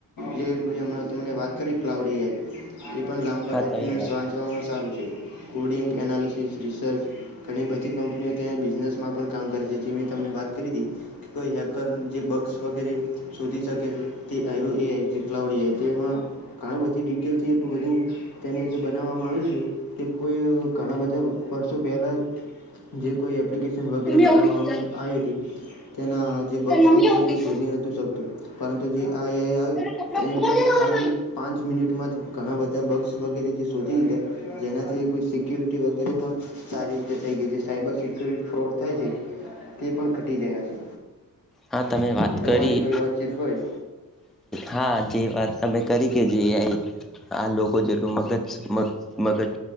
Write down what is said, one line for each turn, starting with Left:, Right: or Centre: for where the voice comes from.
Left: જે ત વાત કરી ક્લાઉડઆઈ એ પણ લાંબા
Centre: હા
Left: ડોક્યુમેન્ટ
Centre: તમે વાત
Left: વાંચવાવામાં સારું છે કોડિંગ એનાલીિસિસ રિસર્ચ ઘણી બધી કંપનીઓ ત્યાં બિઝનેસમાં પણ કામ કરે છે જે મે તમને વાત કરી હતી કે કોઈ હેકર જે બગ્સ વગેરે શોધી શકે છે તેરો ક્લાડી તેમાં ઘણી બધી ડિટેલથી એટલું બધું તેને જે બનાવવામાં આવ્યું છે કે કોઈ ઘણા બધા વર્ષો પહેલાં જે કોઈ એપ્લિકેશન વગેરે
Centre: મમ્મી
Left: બનાવવામાં
Centre: એવું કીધું
Left: આવી હતી તેના જે
Centre: તાર
Left: બક્સ
Centre: મમ્મી
Left: વગેરે
Centre: એવું
Left: કોઈ
Centre: કીધું
Left: શધી નહતું શકતું પરંતુ જે આ એઆઈ આવ્યું
Centre: તારા કપડા
Left: ત્યાં
Centre: મોંઘા
Left: બસ
Centre: છે
Left: ખાલી
Centre: ધોવાના.
Left: પાંચ મિનિટમાં જ ઘણા બધા બગસ વગેરે જે શોધી લીધા જેનાથી કોઈ સિક્યોરિટી વગેરે પણ સારી રીતે થઈ ગઈ જે સાયબર સિક્યોરિટી ફ્રોડ થાય છે તે પણ ઘટી જયા છે
Centre: હા તમે વાત કરી
Left: તમારી કોઈ વાતચીત હોય
Centre: હા જે વાત તમે કરી કે જે આ લોકો જેટલું મગજ મગજ